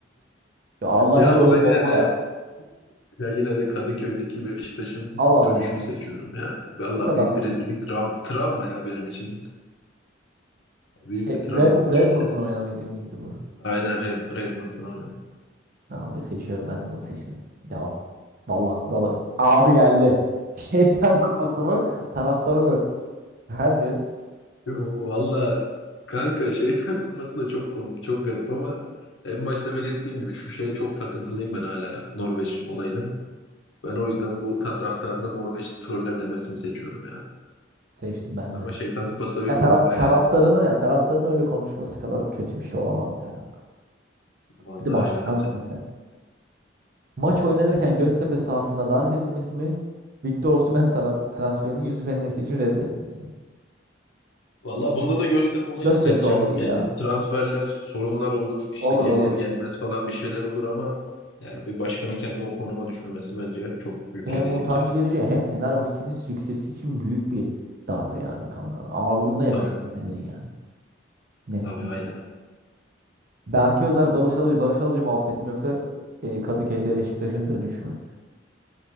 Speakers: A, on the right (about 50°); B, on the left (about 75°).
A: Ya Allah
B: Ya
A: yar
B: ama
A: olayım
B: ben
A: bomba
B: yine de
A: ya.
B: Ya yine de Kadıköy'deki Beşiktaş'ın
A: Al al.
B: dönüşünü seçiyorum ya. Valla
A: O kadar
B: büyük
A: mı?
B: bir rezillik trav- travma ya benim için. Büyük
A: Şey,
B: bir travma
A: Red,
B: oluştu
A: Redmond'un
B: yani.
A: oynamaydı mıydı bu?
B: Aynen Red Redmond'un oynadı.
A: Tamam ben seçiyorum ben de bunu seçtim. Devam. Vallahi vallahi. Abi geldi. <laughs> Şeytan kupası mı? Taraftarı mı? Bence
B: <laughs> Valla kanka Şeytan Kupası da çok komik, çok garip ama en başta belirttiğim gibi şu şeye çok takıntılıyım ben hala Norveç olayına. Ben o yüzden bu taraftarında Norveçli troller demesini seçiyorum ya.
A: seçtim ben de.
B: Ama Şeytan Kupası da bir
A: Ya taraf
B: bomba yani.
A: taraftarını ya taraftarının öyle konuşması kadar kötü bir şey olamaz ya kanka.
B: Vallahi
A: Bir de başkansın
B: öyle bence.
A: sen. Maç oynanırken Göztepe sahasında darp edilmesi mi? Victor Osimhen tara- transferinin Yusuf Enes için reddetmesi mi?
B: Valla bunda da Göztepe olayını
A: Göztepe
B: seçeceğim.
A: olayı
B: Yani
A: ya.
B: transferler, sorunlar olur, işte
A: Olur
B: gelir
A: olur.
B: gelmez falan bir şeyler olur ama yani bir başkanın kendini o konuma düşürmesi bence çok büyük
A: Hem
B: rezillik
A: utanç
B: ya.
A: verici hem Fenerbahçe'nin süksesi için büyük bir darbe yani kanka. Ağırlığına yakışıyor
B: Tabii,
A: Fener'in yani. Net
B: tabii
A: net.
B: aynen öyle.
A: Berke Özer, Barış Alıcı, Barış Alıcı muhabbetim yoksa e, Kadıköy'de Beşiktaş'ın dönüşü mü?